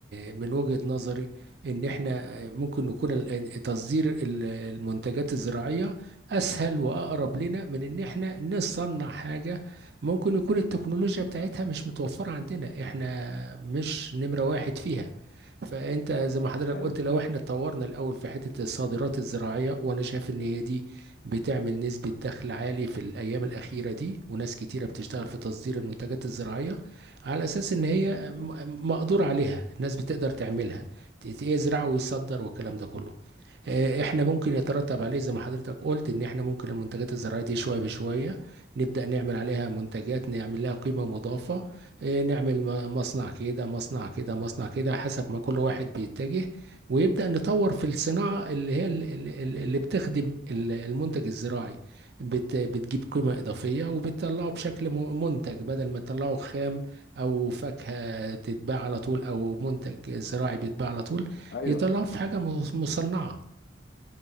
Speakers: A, on the right (about 60°); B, on the left (about 60°).
A: من وجهه نظري ان احنا ممكن نكون ال- تصدير ال- المنتجات الزراعية أسهل وأقرب لنا من إن إحنا نصنع حاجة ممكن يكون التكنولوجيا بتاعتها مش متوفرة عندنا إحنا مش نمرة واحد فيها فانت زي ما حضرتك
B: ايوه
A: قلت لو احنا اتطورنا الاول في حته الصادرات الزراعيه وانا شايف ان هي دي بتعمل نسبه دخل عالي في الايام الاخيره دي وناس كتيره بتشتغل في تصدير المنتجات الزراعيه على اساس ان هي
B: مظبوط
A: م- مقدور عليها الناس بتقدر تعملها ت- ت- يزرع ويصدر والكلام ده كله آه، احنا ممكن يترتب عليه زي ما حضرتك قلت ان احنا ممكن المنتجات الزراعية دي شوية بشوية نبدأ نعمل عليها منتجات نعمل لها قيمة مضافة آه، نعمل م- مصنع كده مصنع كده مصنع كده حسب ما كل واحد بيتجه ويبدأ نطور في الصناعة اللي هي ال- ال- ال- اللي بتخدم ال- المنتج الزراعي بت- بتجيب قيمة إضافية وبتطلعه بشكل م- منتج بدل ما تطلعه خام أو فاكهة تتباع على طول أو منتج زراعي بيتباع على طول
B: ايوه
A: يطلعه في حاجة مصنعة